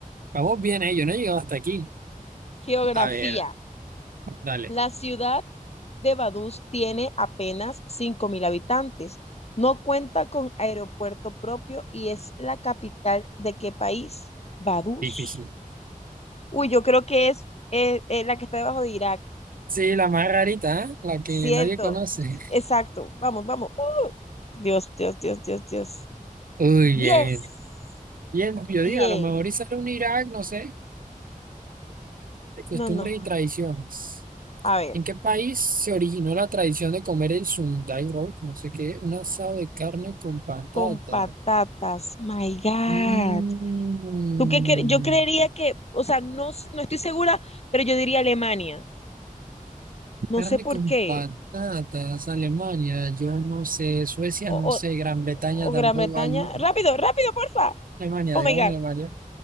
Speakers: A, on the right; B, on the left.
A: Vamos bien, eh. Yo no he llegado hasta aquí.
B: Geografía.
A: A ver, dale.
B: La ciudad de Vaduz tiene apenas 5.000 habitantes. No cuenta con aeropuerto propio y es la capital de qué país? Vaduz.
A: Difícil.
B: Uy, yo creo que es eh, eh, la que está debajo de Irak.
A: Sí, la más rarita, ¿eh? La que
B: Cierto,
A: nadie conoce.
B: exacto. Vamos, vamos. Oh, Dios, Dios, Dios, Dios, Dios.
A: Uy,
B: Diez.
A: bien. Bien, yo
B: Bien.
A: digo, a lo mejor y sale un Irak, no sé, de costumbres
B: No, no.
A: y tradiciones.
B: A ver,
A: ¿En qué país se originó la tradición de comer el Sunday roll? No sé qué, un asado de carne con patata.
B: con patatas. My God.
A: Mm,
B: ¿Tú qué cre- Yo creería que, o sea, no, s- no estoy segura, pero yo diría Alemania. No
A: carne
B: sé por
A: con
B: qué.
A: patatas, Alemania, yo no sé, Suecia no
B: O, o,
A: sé, Gran Bretaña
B: o
A: tampoco
B: Gran Bretaña.
A: hay.
B: Rápido, rápido, porfa.
A: Alemania,
B: Oh
A: digamos
B: my God.
A: Alemania.